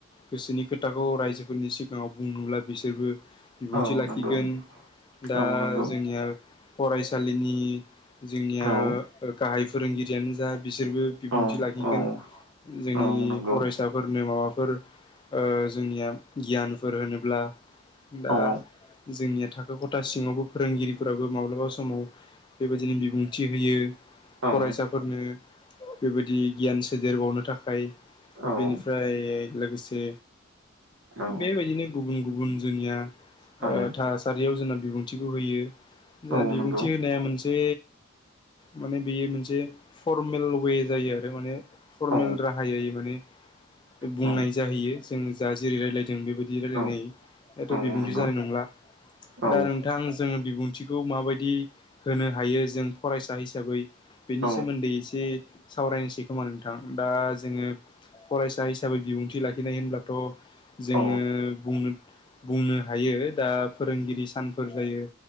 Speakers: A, on the left; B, on the right.
A: गोसोनि खोथाखौ रायजोफोरनि सिगाङाव बुंनोब्ला बिसोरबो। बिबुंथि
B: औ
A: लाखिगोन
B: नंगौ
A: दा
B: औ नंगौ
A: जोंनिया फरायसालिनि। जोंनिया
B: औ
A: ओ गाहाय फोरोंगिरियानो जा बिसोरबो बिबुंथि
B: औ
A: लाखिगोन।
B: औ
A: जोंनि
B: औ नंगौ
A: फरायसाफोरनो माबाफोर। ओ जोंनिया गियानफोर होनोब्ला। दा
B: औ
A: जोंनिया थाखो खथा सिङावबो। फोरोंगिरिफोराबो माब्लाबा समाव बेबायदिनो बिबुंथि होयो। फरायसाफोरनो।
B: औ
A: बेबायदि गियान सोदेरबावनो थाखाय
B: औ
A: बेनिफ्राय लोगोसे
B: औ
A: बेबायदिनो गुबुन गुबुन जोंनिया
B: औ
A: ओ थासारियाव जोंना बिबुंथिखौ होयो
B: औ
A: जा बिबुंथि
B: नंगौ
A: होनाया मोनसे माने बेयो मोनसे फरमेल वे जायो आरो माने फर्मेल
B: औ
A: राहायै माने बुंनाय
B: औ
A: जाहैयो जों जा जेरै रायलायदों बेबायदि रायलायनाय
B: औ
A: दाथ
B: औ
A: बिबुंथि
B: नंगौ
A: जानाय नंला
B: औ
A: दा नोंथां जों बिबुंथिखौ माबायदि होनो हायो जों फरायसा हिसाबै बेनि
B: औ
A: सोमोन्दै एसे सावरायनोसै खोमा नोंथां दा जोङो फरायसा हिसाबै बिबुंथि लाखिनाय होनब्लाथ जोङो
B: औ
A: बुंनो बुंनो हायो दा फोरोंगिरि सानफोर जायो